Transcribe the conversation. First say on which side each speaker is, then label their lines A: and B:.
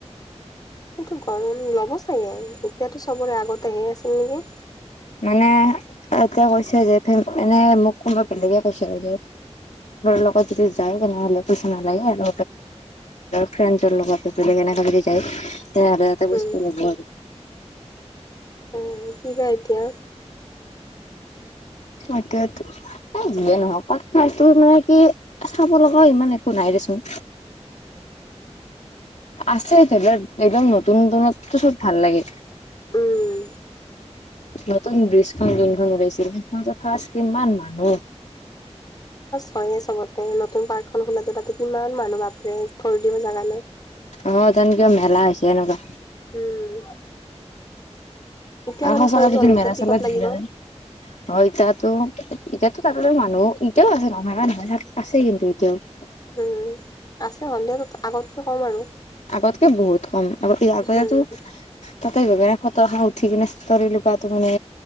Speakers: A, on the left (about 35°); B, on the left (about 85°).
A: সেইটো গম ল'ব চাগে এতিয়াতো চবৰে আগতে লৈ আছিল নেকি।
B: মানে এতিয়া কৈছে যে এনে মোক কোনোবা বেলেগে কৈছিল যে লগত যদি যায় তেনেহলে পইচা নালাগে আৰু ফ্ৰে লগত আছিলে কেনে তেলে এটা
A: উম
B: বস্তু ল'ব আৰু।
A: উম, কি বা এতিয়া?
B: এতিয়ো দিয়ে নহক পটো মানে কি চাব লগাও ইমান শো নাই দেচোন আছে ধৰিবাৰ একদম নতুন, নতুনত্ব চব ভাল লাগে।
A: উম
B: নতুন ব্ৰিজখন যোনখন লাইছিল সখন ফাৰ্ষ কিমান মানুহ
A: হয়য়ে চবতে নতুন পাৰ্কখনন খোলা য তাতে কিমান মানুহ বাপৰে ধৰি দিব জোগালৈ।
B: অ, তন কিয় মেলা হৈছে এনেকুৱা?
A: উম। এতিয়া
B: আৰু
A: বাৰু
B: সচাকৈ
A: কৰিব
B: যদিন
A: এতিয়া
B: মেৰা
A: টিকট
B: চলা
A: লাগিব
B: দ হয়তাতো এতিয়াাতো তাত মানুহ এতিয়াও আছে না নহয় তাত আছে কিন্তু এতিয়াও
A: উম, আছে হ'লে আগতকে ক'ম আৰু
B: আগতকে বহুত কম আগ এই আগতে
A: উম
B: তাতেই ব ফত খা উঠি কিনেৰি লগটো মানে